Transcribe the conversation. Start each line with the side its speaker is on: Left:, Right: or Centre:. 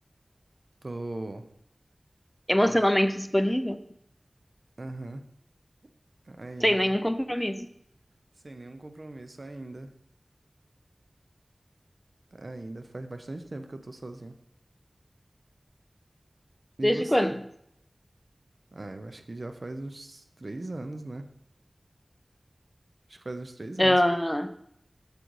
Right: Tô.
Left: Emocionalmente
Right: É.
Left: disponível?
Right: Aham. ainda.
Left: Sem nenhum compromisso.
Right: Sem nenhum compromisso, ainda. Ainda. Faz bastante tempo que eu tô sozinho. E
Left: Desde
Right: você?
Left: quando?
Right: Ah, eu acho que já faz uns três anos, né? Acho que faz uns três
Left: Ah,
Right: anos.